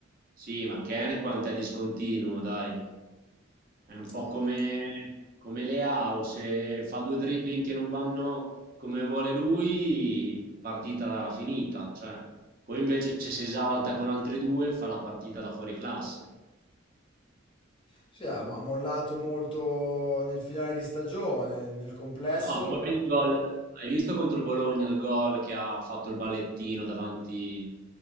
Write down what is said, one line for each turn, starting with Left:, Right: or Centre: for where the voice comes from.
Right: Sì, ma Ken quanto è discontinuo, dai. È un po'
Left: Eh,
Right: come, come Leao, se fa due dribbling che non vanno come vuole lui, partita finita. Cioè, poi invece se si esalta con altri due, fa la partita da fuori classe.
Left: Sì, ha ha mollato molto nel finale di stagione, nel complesso.
Right: Ma no, poi il gol, hai visto contro il Bologna il gol che ha fatto il ballettino davanti